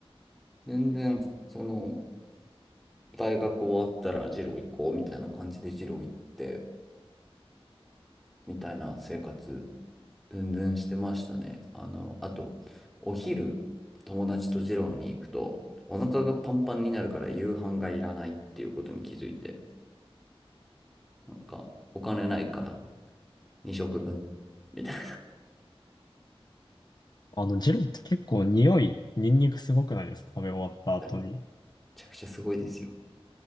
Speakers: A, in the centre; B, on the left.
A: 全然、その、大学終わったらジロー行こうみたいな感じでジロー行って、みたいな生活、全然してましたね。あの、あと、お昼、友達とジローに行くと、お腹がパンパンになるから夕飯がいらないっていうことに気づいて、なんか、お金ないから、2食分、みたい
B: あの、ジローって結構匂い、ニンニクすごくないですか食べ終わった後に。
A: な。ちゃくちゃすごいですよ。